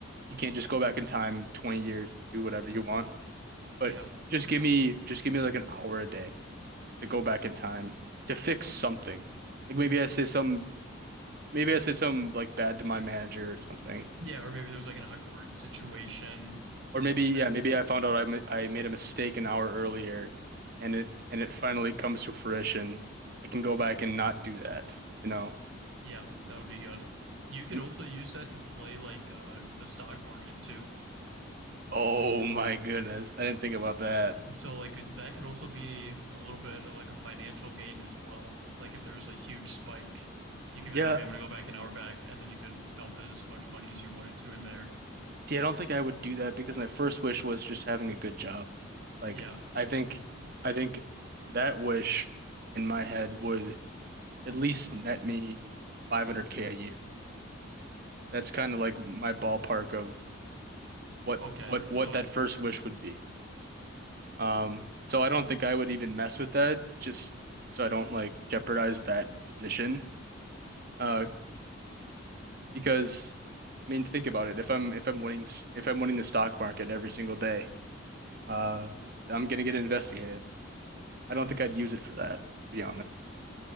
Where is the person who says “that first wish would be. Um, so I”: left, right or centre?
Right